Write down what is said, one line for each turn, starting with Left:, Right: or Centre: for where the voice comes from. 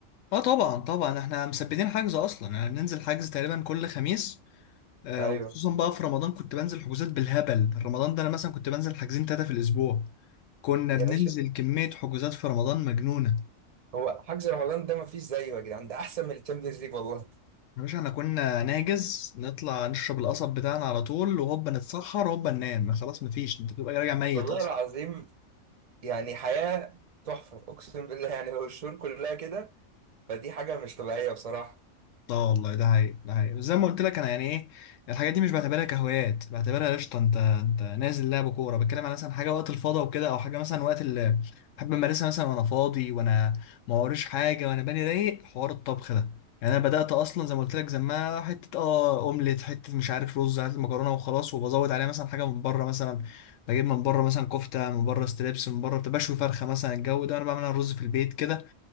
Left: اه طبعا طبعا احنا مثبتين حجز اصلا يعني بننزل حجز تقريبا كل خميس آه
Right: أيوه
Left: وخصوصا بقى في رمضان كنت بنزل حجوزات بالهبل رمضان ده انا مثلا كنت بنزل حاجزين ثلاثه في الاسبوع كنا
Right: يا
Left: بننزل
Right: باشا
Left: كميه حجوزات في رمضان مجنونه
Right: هو حجز رمضان ده مفيش زيه يا جدعان ده أحسن من الشامبيونز ليج والله
Left: يا باشا احنا كنا ناجز نطلع نشرب القصب بتاعنا على طول وهوبا نتسحر هوبا ننام خلاص مفيش انت تبقى راجع ميت
Right: والله العظيم يعني حياة تحفة أقسم بالله يعني هو الشهور كلها كده فدي حاجة مش طبيعية بصراحة
Left: اه والله ده هي ده هي زي ما قلت لك انا يعني ايه الحاجات دي مش بعتبرها كهوايات بعتبرها قشطه انت انت نازل لعب كوره بتكلم على مثلا حاجه وقت الفاضي وكده او حاجه مثلا وقت اللي بحب امارسها مثلا وانا فاضي وانا ما وريش حاجه وانا بالي رايق حوار الطبخ ده يعني انا بدات اصلا زي ما قلت لك زمان حته اه اومليت حته مش عارف رز حته مكرونه وخلاص وبزود عليها مثلا حاجه من بره مثلا بجيب من بره مثلا كفته من بره ستريبس من بره بشوي فرخه مثلا الجو ده انا بعمل أنا رز في البيت كده